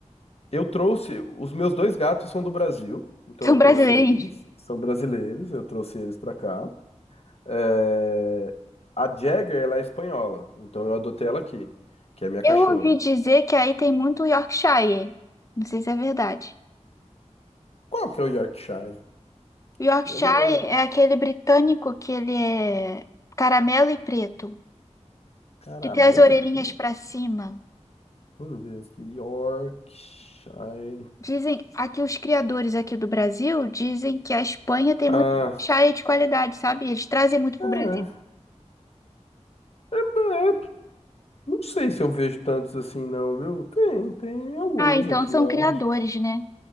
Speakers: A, on the left; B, on the left.
A: eu trouxe. Os meus dois gatos são do Brasil, então
B: <laughs>
A: eu trouxe
B: São brasileirinhos.
A: eles, são brasileiros, eu trouxe eles pra cá. É, A Jagger, ela é espanhola, então eu adotei ela aqui, que é minha
B: Eu
A: cachorra.
B: ouvi dizer que aí tem muito Yorkshire. Não sei se é verdade.
A: Qual que é o Yorkshire?
B: Yorkshire
A: Eu não lembro.
B: é aquele britânico que ele é caramelo e preto,
A: Caramelo
B: que tem as orelhinhas
A: e preto?
B: para cima.
A: Vamos ver aqui. Yorkshire.
B: Dizem, aqui os criadores aqui do Brasil dizem que a Espanha tem
A: Ah,
B: muito chá de qualidade, sabe? Eles trazem muito pro
A: é,
B: Brasil.
A: é, não sei se eu vejo tantos assim, não, viu? Tem, tem alguns
B: Ah, então
A: aqui,
B: são
A: eu
B: criadores,
A: acho.
B: né?